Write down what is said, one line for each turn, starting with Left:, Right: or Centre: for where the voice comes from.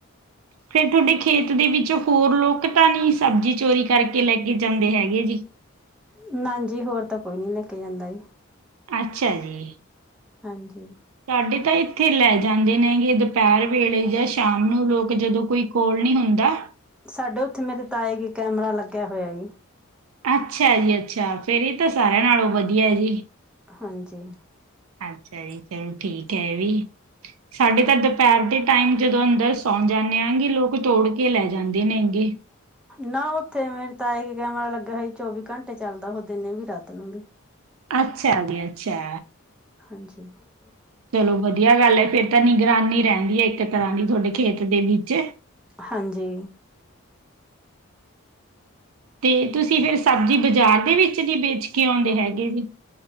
Right: ਫੇਰ ਤੁਹਾਡੇ ਖੇਤ ਦੇ ਵਿੱਚ ਹੋਰ ਲੋਕ ਤਾਂ ਨਹੀਂ ਸਬਜ਼ੀ ਚੋਰੀ ਕਰਕੇ ਲੈ ਕੇ ਜਾਂਦੇ ਹੈਗੇ ਜੀ?
Centre: ਨਾਜੀ ਹੋਰ ਤਾਂ ਕੋਈ ਨੀ ਲੈ ਕੇ ਜਾਂਦਾ ਸੀ।
Right: ਅੱਛਾ ਜੀ,
Centre: ਹਾਂ ਜੀ।
Right: ਸਾਡੇ ਤਾਂ ਇੱਥੇ ਲੈ ਜਾਂਦੇ ਨੇਗੇ, ਦੁਪਹਿਰ ਵੇਲੇ ਜਾਂ ਸ਼ਾਮ ਨੂੰ ਲੋਕ, ਜਦੋਂ ਕੋਈ ਕੋਲ ਨਹੀਂ ਹੁੰਦਾ,
Centre: ਸਾਡੇ ਉੱਥੇ ਮੇਰੇ ਤਾਏ ਕੇ ਕੈਮਰਾ ਲੱਗਿਆ ਹੋਇਆ ਐ।
Right: ਅੱਛਾ ਜੀ ਅੱਛਾ ਫੇਰ ਏ ਤਾਂ ਸਾਰਿਆਂ ਨਾਲੋਂ ਵਧੀਆ ਐ ਜੀ।
Centre: ਹਾਂਜੀ।
Right: ਅੱਛਾ ਜੀ, ਚਲੋ ਠੀਕ ਹੈ ਇਹ ਵੀ। ਸਾਡੇ ਤਾਂ ਦੁਪਹਿਰ ਦੇ ਟਾਈਮ ਜਦੋਂ ਅੰਦਰ ਸੌਣ ਜਾਨੇ ਐਂਗੇ, ਲੋਕ ਤੋੜ ਕੇ ਲੈ ਜਾਂਦੇ ਨੇਗੇ।
Centre: ਨਾ ਉੱਥੇ ਮੇਰੇ ਤਾਏ ਕੇ ਕੈਮਰਾ ਲੱਗਿਆ ਹੋਇਆ, ਚੌਵੀ ਘੰਟੇ ਚੱਲਦਾ ਉਹ ਦਿਨੇ ਵੀ ਰਾਤ ਨੂੰ ਵੀ।
Right: ਅੱਛਾ ਜੀ ਅੱਛਾ।
Centre: <unintelligible>
Right: ਚਲੋ ਵਧੀਆ ਗੱਲ ਹੈ, ਫੇਰ ਤਾਂ ਨਿਗਰਾਨੀ ਰਹਿੰਦੀ ਹੈ, ਇੱਕ ਤਰ੍ਹਾਂ ਦੀ ਤੁਹਾਡੇ ਖੇਤ ਦੇ ਵਿੱਚ।
Centre: ਹਾਂਜੀ।
Right: ਤੇ ਤੁਸੀਂ ਫੇਰ ਸਬਜ਼ੀ ਬਜ਼ਾਰ ਦੇ ਵਿੱਚ ਨਹੀਂ ਵੇਚ ਕੇ ਆਉਂਦੇ ਹੈਗੇ ਜੀ।